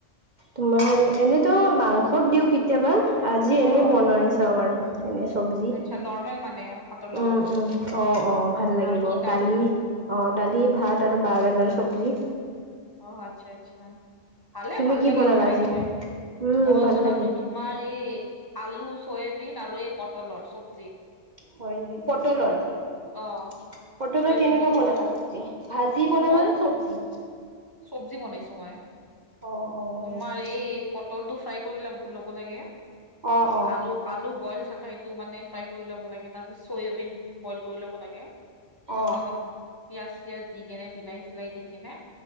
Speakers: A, on the right; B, on the left.
A: তোমাৰ এনেতো মাংসত দিও কেতিয়াবা। আজি এনেই
B: অ'
A: বনাই
B: অ'
A: চাওঁ আৰু এনে চব্জি
B: আচ্ছা নৰ্মেল মানে ভাতৰ লগত
A: উম উম অ উম অ অ ভাল লাগিব
B: আৰু কি
A: দালি অ দালি ভাত আৰু বাঁহ গাজৰৰ চব্জি।
B: অ আচ্ছা আচ্ছা ভালে
A: তুমি
B: ভাল
A: কি
B: লাগে
A: বনালা
B: এইটো খাই
A: আজি
B: কিনে
A: উম
B: মই
A: ভাল
B: বনালো
A: লাগে
B: তুম তোমাৰ এ এ এ আলু, চয়াবিন আৰু এই পটলৰ চব্জি।
A: হয় নেকি, পটলৰ। চুকি চুকি
B: অ'
A: ঠা পটলৰ
B: চয়াবিন
A: কেনেকুৱা
B: দি কিনে
A: বনালা চব্জি ভাজি
B: পটল
A: বনালা নে চব্জি।
B: চব্জি বনাইছো মই
A: অ অ হয়
B: তোমাৰ
A: নেকি
B: এই পটলটো ফ্ৰাই কৰি ল-ল'ব লাগে।
A: অ অ।
B: আলু আলু বইল থাকা এইটো মানে ফ্ৰাই কৰি ল'ব লাগে তাৰপিছত চয়াবিন বইল কৰি ল'ব লাগে। তাতো
A: অ
B: অলপ পিয়াজ-চিয়াজ দি কেনে বিলাহী-চিলাহী দি কেনে